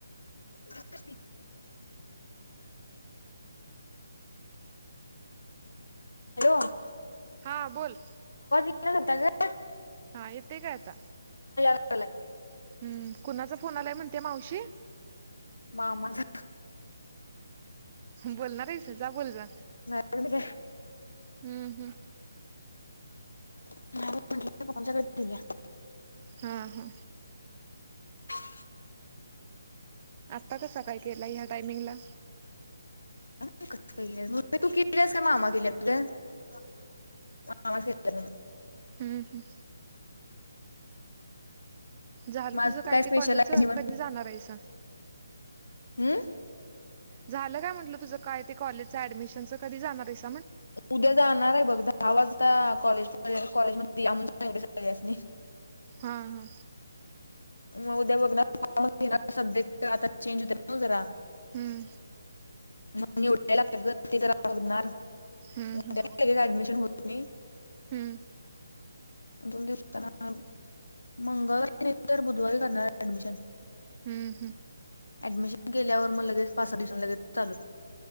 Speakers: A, on the left; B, on the right.
A: <inaudible> हॅलो
B: हा बोल.
A: <unintelligible>
B: हा येते का आता.
A: चला
B: हम्म कुणाचा फोन आलाय म्हणते मावशी.
A: मामाचा
B: बोलणार आहेस. जा बोल जा.
A: <unintelligible>
B: हम्म हम्म
A: <unintelligible>
B: हा हा
A: <inaudible>
B: आता कसा काय केला ह्या टायमिंगला.
A: <unintelligible> आवाज येतोय म्हण.
B: हम्म हम्म झाल
A: माझं
B: तुझ काय
A: स्पेशल
B: ते कॉलेजच
A: आहे जेवण
B: कधी जाणार आहेसा.
A: हम्म
B: झालं काय म्हटलं तुझं काय ते कॉलेजं ऍडमिशनच कधी जाणार आहेस.
A: उद्या जाणार आहे बघ दहा वाजता कॉलेजला. कॉलेजमध्ये या म्हणुन सांगितले सगळ्यांसनी.
B: हा हा
A: मग उद्या बघ ना सब्जेक्ट आता चेंज होत ना जरा.
B: हम्म
A: <unintelligible> <unintelligible>
B: हम्म हम्म हम्म
A: दोन दिवसना मंगळारी तर बुधवारी करणार एडमिशन.
B: हम्म हम्म
A: ऍडमिशन केल्यावर मग लगेच पाचसा दिवसन लगेच चालू.